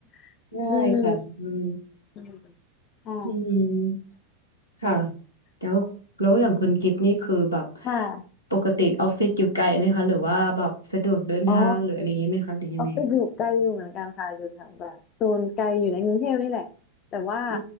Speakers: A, on the left (about 35°); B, on the left (about 80°).
A: <laughs>
B: ได้ค่ะอืม
A: อืมอืมใช่
B: อืม ค่ะแล้วแล้วอย่างคุณกิฟต์นี่คือแบบ
A: ค่ะ
B: ปกติออฟฟิศอยู่ไกลไหมคะหรือว่าแบบสะดวกเดินทางหรืออะไรอย่างนี้ไหมคะหรือยังไง
A: อ๋อ ออฟฟิศอยู่ไกลอยู่เหมือนกันค่ะอยู่แถวแบบโซนไกลอยู่ในกรุงเทพนี่แหละแต่ว่า
B: อื